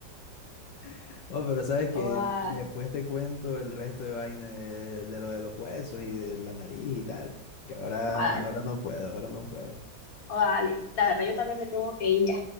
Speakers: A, on the left; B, on the left.
A: <laughs> Oh, pero sabes que
B: O a,
A: después te cuento el resto de vaina de, de lo de los huesos y de la nariz y tal. Que ahora,
B: dale.
A: ahora no puedo, ahora no puedo.
B: O dale. La verdad, yo también me tengo que ir ya.